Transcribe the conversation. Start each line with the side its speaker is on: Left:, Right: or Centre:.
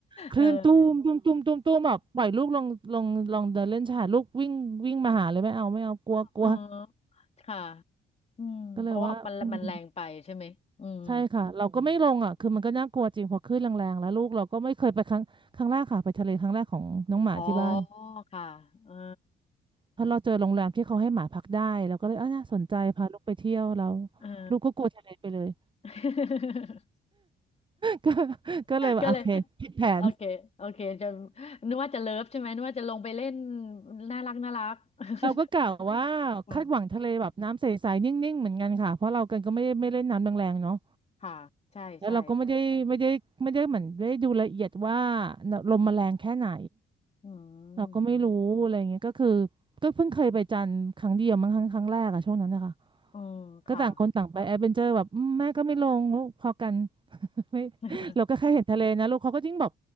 Right: คลื่นตูมตูมตูมตูมตูมแบบปล่อยลูกลงลงลองเดินเล่นชายหาดลูกวิ่งวิ่งมาหาเลยไม่เอาไม่เอากลัวกลัว
Left: เออเออค่ะอืมเพราะว่ามันมันแรงไปใช่ไหมอืม
Right: ก็เลยว่าอืม ใช่ค่ะเราก็ไม่ลงอ่ะคือมันก็น่ากลัวจริงพอคขื่นแรงๆแล้วลูกเราก็ไม่เคยไปครั้งครั้งแรกค่ะไปทะเลครั้งแรกของน้องหมาที่บ้าน
Left: อ๋อค่ะเออ
Right: เพราะเราเจอโรงแรมที่เขาให้หมาพักได้เราก็เลยเออน่าสนใจพาลูกไปเที่ยวเรา
Left: เออ
Right: ลูกก็กลัวทะเลไปเลย
Left: <laughs>
Right: <laughs> ก็เลยว่าโอเคผิดแผน
Left: ก็เลยโอเค โอเคจะนึกว่าจะเลิฟใช่ไหมนึกว่าจะลงไปเล่นน่ารักน่ารัก <laughs>
Right: เราก็กะว่าคาดหวังทะเลแบบน้ำใสๆนิ่งๆเหมือนกันค่ะเพราะเรากันก็ไม่ได้ไม่เล่นน้ำแรงๆเนาะ
Left: อืม <laughs> ค่ะ ใช่
Right: แล้วเราก็ไม่ได้ไม่ได้ไม่ได้เหมือนได้ดูละเอียดว่า
Left: ใช่
Right: ลมมันแรงแค่ไหน
Left: อื
Right: เราก็ไม่รู้อะไรเงี้ยก็คือ
Left: ม
Right: ก็เพิ่งเคยไปจันทร์ครั้งเดียวมั้งครั้งครั้งแรกอะช่วงนั้นนะคะ
Left: อืมค่ะ
Right: ก็ต่างคนต่างไปแอดเวนเจอร์แบบอืมแม่ก็ไม่ลงลูกพอกัน <laughs> ไม่
Left: <laughs>
Right: เราก็แค่เห็นทะเลนะลูกเขาก็ยิ่งแบบ